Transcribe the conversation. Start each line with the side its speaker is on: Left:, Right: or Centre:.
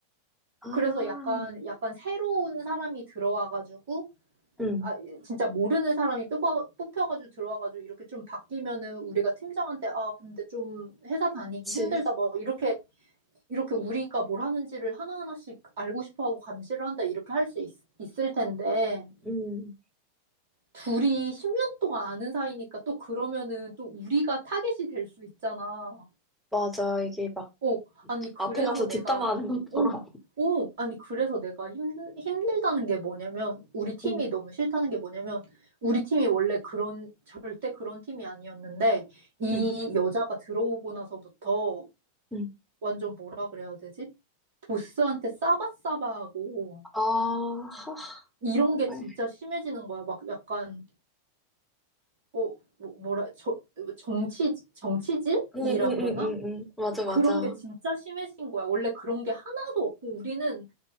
Centre: 아,
Right: 그래서 약간, 약간 새로운 사람이 들어와가지고,
Centre: 응,
Right: 아, 진짜 모르는 사람이 뽑아, 뽑혀가지고 들어와가지고 이렇게 좀 바뀌면은 우리가 팀장한테, 아, 근데 좀 회사 다니기
Centre: 그치.
Right: 힘들다. 막 이렇게, 이렇게 우리가 뭘 하는지를 하나하나씩 알고 싶어 하고 감시를 한다. 이렇게 할 수 있을 텐데.
Centre: 응,
Right: 둘이 10년 동안 아는 사이니까 또 그러면은 또 우리가 타겟이 될 수 있잖아.
Centre: 맞아. 이게 막
Right: 어, 아니, 그래서
Centre: 앞에 가서
Right: 내가,
Centre: 뒷담화하는 것처럼.
Right: 어, 어, 아니, 그래서 내가 힘, 힘들다는 게 뭐냐면, 우리 팀이
Centre: 응,
Right: 너무 싫다는 게 뭐냐면, 우리 팀이 원래 그런, 절대 그런 팀이 아니었는데, 이
Centre: 응,
Right: 여자가 들어오고 나서부터
Centre: 응.
Right: 완전 뭐라 그래야 되지? 보스한테 싸바싸바하고,
Centre: 아, 하,
Right: 이런
Centre: 정말.
Right: 게 진짜 심해지는 거야. 막 약간, 어, 뭐, 뭐라, 저, 정치, 정치질이라
Centre: 응, 응, 응,
Right: 그러나?
Centre: 응, 응. 맞아, 맞아.
Right: 그런 게 진짜 심해진 거야. 원래 그런 게 하나도 없고, 우리는,